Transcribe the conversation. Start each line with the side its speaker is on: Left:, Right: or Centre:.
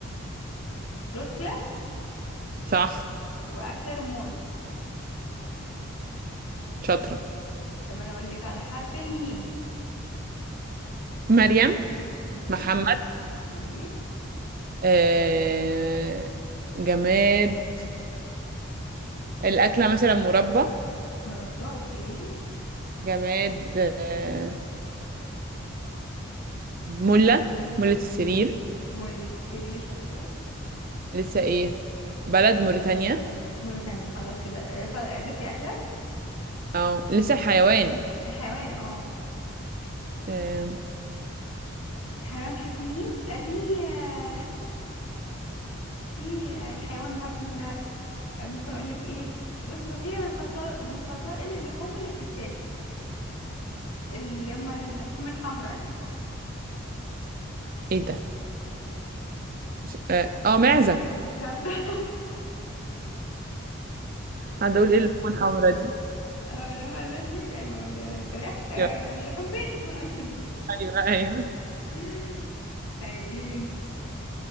Left: روسيا
Right: صح
Left: وأكلة رمان
Right: شاطره
Left: طب انا اقول لك على حرف الميم
Right: مريم
Left: ماشي
Right: محمد
Left: اوكي
Right: آه، جماد الاكله مثلا مربى
Left: مربع اوكي
Right: جماد آه، مله مله السرير
Left: مولة سرير شاطرة
Right: لسه ايه بلد موريتانيا
Left: موريتانيا خلاص كده آه، ف- آه، جبتي أكلة
Right: اه لسه الحيوان
Left: الحيوان اه
Right: آم،
Left: حيوان بحرف الميم آه، في آه، في آه، حيوان بحرف الميم عرفته آه، ممكن اقول لك ايه بصي فصيلة من فصائل من فصائل اللحوم اللي بتتاكل اللي هم اللح- اللحوم الحمراء يعني
Right: ايه ده مش- اه آه، معزة
Left: شاطرة <laughs>
Right: هتقول ايه اللون الحمرا دي
Left: اه اللي هم الريد ميت يعني ما هو الفراخ آه،
Right: ايوه
Left: اللحوم بيض <laughs>
Right: ايوه ايوه
Left: <laughs> طيب قولي لي انت